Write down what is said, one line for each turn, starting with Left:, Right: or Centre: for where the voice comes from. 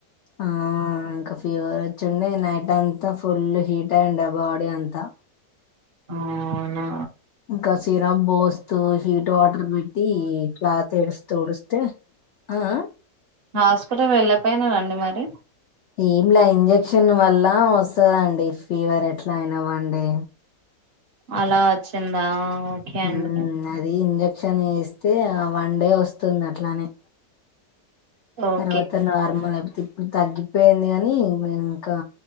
Left: ఆ ఇంకా ఫీవర్ వచ్చిండే నైట్ అంతా ఫుల్ హీట్ అయిండడి ఆ బాడీ అంతా
Right: అవునా
Left: ఇంకా సిరప్ బోస్తు హీట్ వాటర్ అబట్టి క్లాత్ ఎడస్త తుడిస్తే ఆ ఆ
Right: హాస్పిటల్ వెళ్ళపోయినా రండి మరి
Left: ఏమిలా ఇంజక్షన్ వల్ల వస్తుందండి ఫీవర్ ఎట్లా అయినా వన్ డే
Right: అలా వచ్చిందా ఓకే
Left: హ
Right: అండి
Left: అది ఇంజక్షన్ వేస్తే వన్ డే వస్తుంది అట్లానే
Right: ఓకే
Left: తర్వాత నార్మల్ అయిపోతాది తగ్గిపోయింది కాని ఇంకా